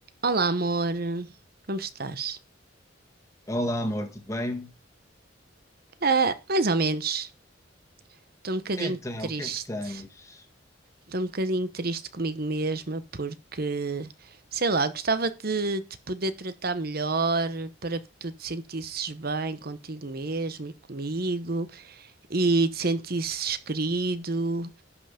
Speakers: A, on the right; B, on the left.
A: Olá, amor. Como estás?
B: Olá, amor, tudo bem?
A: Ah, mais ou menos. Estou um bocadinho
B: Então,
A: triste.
B: o que é que tens?
A: Estou um bocadinho triste comigo mesma porque, sei lá, gostava de te poder tratar melhor para que tu te sentisses bem contigo mesmo e comigo e te sentisses querido